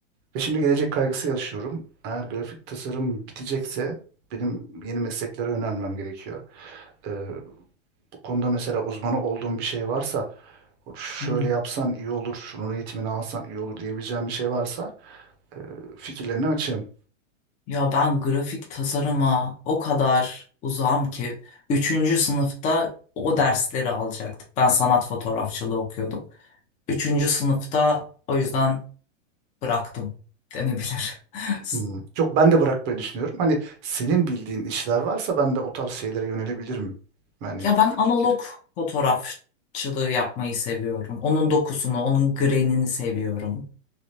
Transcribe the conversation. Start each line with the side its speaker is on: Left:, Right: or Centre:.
Right: Ve şimdi gelecek kaygısı yaşıyorum. Eğer grafik tasarım bitecekse benim yeni mesleklere yönelmem gerekiyor. Ee, bu konuda mesela uzmanı olduğum bir şey varsa, şöyle
Left: Hmm.
Right: yapsan iyi olur, şunun eğitimini alsan iyi olur diyebileceğim bir şey varsa e, fikirlerini açığım.
Left: Ya ben grafik tasarıma o kadar uzağım ki. Üçüncü sınıfta o dersleri alacaktık. Ben sanat fotoğrafçılığı okuyordum. Üçüncü sınıfta o yüzden bıraktım denebilir.
Right: Hmm.
Left: <laughs>
Right: Yok ben de bırakmayı düşünüyorum. Hani senin bildiğin işler varsa ben de o tarz şeylere yönelebilirim. Yani
Left: Ya ben analog
Right: fikir.
Left: fotoğrafçılığı yapmayı seviyorum. Onun dokusunu, onun grenini seviyorum.